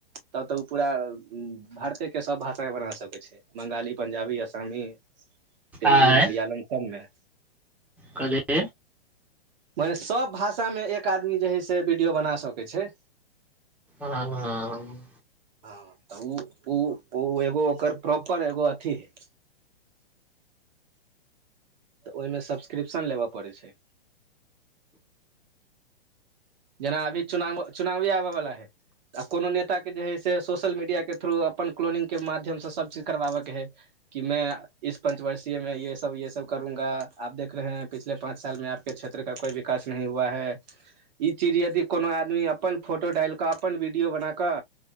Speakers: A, on the right (about 45°); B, in the centre.
A: तब तऽ उ पूरा भारते के सभ भाषामे बना सकैत छै बंगाली पंजाबी असामी तेलुगु
B: आँय
A: मलयालम सबमे
B: कथी <unintelligible>
A: मने सब भाषा मे एक आदमी जे है से वीडियो बना सकै छै
B: ओ <unintelligible>
A: हँ तऽ उ उ उ एगो ओकर प्रॉपर एगो अथी हइ तऽ ओहिमे सब्सक्रिप्शन लेबय पड़ै छै जेना अभी चुनाव चुनावी आबय वाला है आ कोनो नेताके जे हइ से सोशल मीडियाके थ्रू अपन क्लोनिंगके माध्यमसँ सभचीज करबाबयके हइ कि मैं इस पञ्चवर्षीय में ये सब ये सब करूंगा आप देख रहे हैं पिछले पाँच साल मे आप के क्षेत्र का कोइ विकास नहीं हुआ है ई चीज यदि कोनो आदमी अपन फोटो डालि कऽ अपन वीडियो बन कऽ